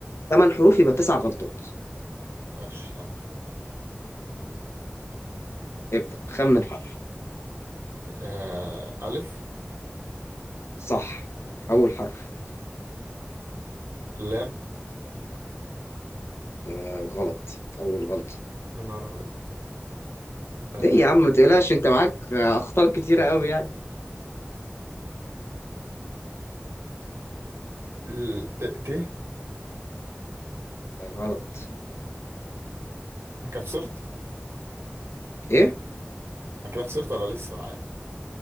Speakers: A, on the left; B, on the right.
A: تمن حروف يبقى تسع غلطات
B: ماشي
A: ابدأ خمن حرف
B: آه ألف
A: صح أول حرف
B: لام
A: آه غلط أول غلط
B: يا نهار أبيض آه
A: ليه يا عم ما تقلقش أنت معاك آه، أخطاء كتيرة أوي يعني
B: ل- ت ت
A: آه، غلط
B: أنا كده خسرت
A: إيه؟
B: أنا كده خسرت ولا لسه معايا